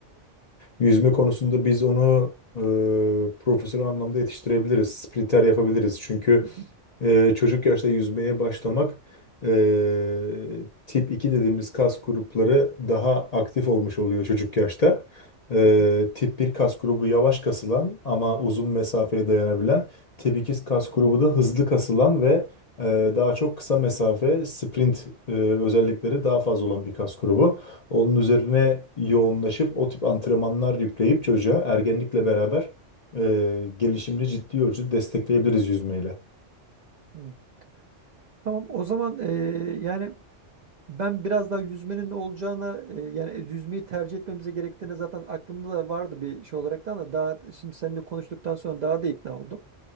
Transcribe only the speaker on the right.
<laughs>
Hı hı.
Hı. Tamam o zaman e, yani Ben biraz daha yüzmenin ne olacağına e, yani yüzmeyi tercih etmemize gerektiğine zaten aklımda da vardı bir şey olarak da ama daha şimdi seninle konuştuktan sonra daha da ikna oldum.